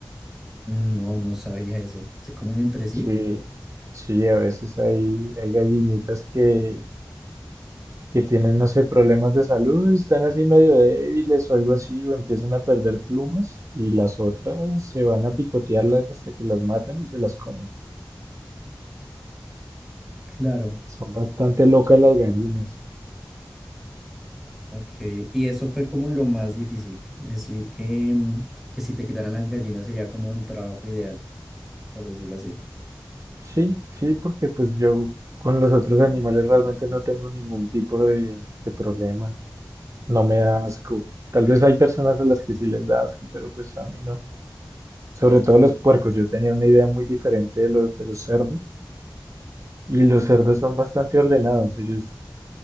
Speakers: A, in the centre; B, on the right.
A: Mm, No, no sabía eso. ¿Se comen entre sí?
B: Sí, sí, a veces hay, hay gallinitas que que tienen, no sé, problemas de salud, están así medio débiles o algo así, o empiezan a perder plumas, y las otras se van a picotearlas hasta que las matan y se las comen.
A: Claro.
B: Son bastante locas las gallinas.
A: Ok. Y eso fue como lo más difícil. Decir que, mm, que si te quitaran las gallinas sería como el trabajo ideal, por decirlo así.
B: Sí, sí, porque pues yo con los otros animales realmente no tengo ningún tipo de, de problema. No me da asco. Tal vez hay personas a las que sí les da asco, pero pues a mí no. Sobre todo los puercos. Yo tenía una idea muy diferente de los, de los cerdos. Y los cerdos son bastante ordenados. Ellos